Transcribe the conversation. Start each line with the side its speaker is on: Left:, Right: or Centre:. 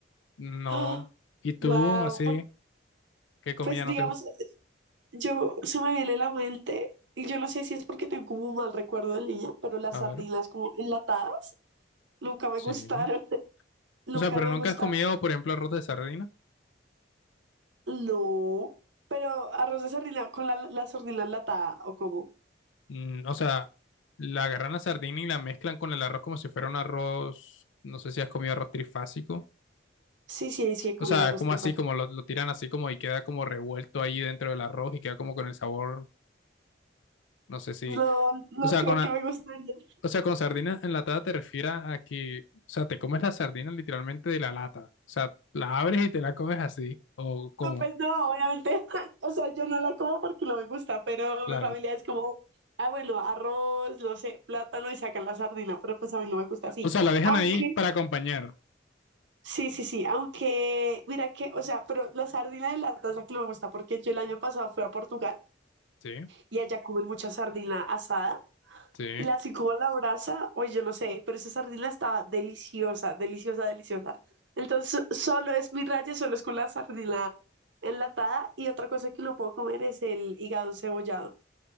Left: No.
Right: nada.
Left: ¿Y tú,
Right: wow,
Left: así,
Right: <gasps>
Left: qué comida
Right: pues digamos.
Left: no te gusta?
Right: Yo se me viene la mente, y yo no sé si es porque tengo como un mal recuerdo de niña, pero las
Left: A
Right: sardinas
Left: ver.
Right: como enlatadas nunca me
Left: Sí.
Right: gustaron. <laughs> Nunca
Left: O sea, pero
Right: me
Left: nunca
Right: gustaron.
Left: has comido, por ejemplo, arroz de sardina.
Right: No. Pero arroz de sardina con la, la sardina enlatada, ¿o cómo?
Left: Mm, o sea, la agarran la sardina y la mezclan con el arroz como si fuera un arroz. No sé si has comido arroz trifásico.
Right: Sí, sí, sí, he comido
Left: O sea,
Right: arroz
Left: es como
Right: trifásico.
Left: así, como lo, lo tiran así como y queda como revuelto ahí dentro del arroz y queda como con el sabor, no sé si,
Right: No, no
Left: o sea,
Right: creo
Left: con,
Right: que
Left: a-
Right: me gustaría.
Left: o sea, con sardina enlatada te refieres a que, o sea, te comes la sardina literalmente de la lata, o sea, la abres y te la comes así, o como,
Right: No, pues no, obviamente. <laughs> O sea, yo no la como porque no me gusta, pero
Left: claro.
Right: mi familia es como, ah, bueno, arroz, no sé, plátano y sacan la sardina, pero pues a mí no me gusta así.
Left: O sea, la dejan
Right: Aunque
Left: ahí para acompañar,
Right: Sí, sí, sí, aunque mira que, o sea, pero la sardina de lata es la que no me gusta porque yo el año pasado fui a Portugal
Left: sí,
Right: y allá comen mucha sardina asada
Left: sí,
Right: y la así como a la brasa, oye, yo no sé, pero esa sardina estaba deliciosa, deliciosa, deliciosa. Entonces, solo es mi raya, solo es con la sardina enlatada y otra cosa que no puedo comer es el hígado cebollado.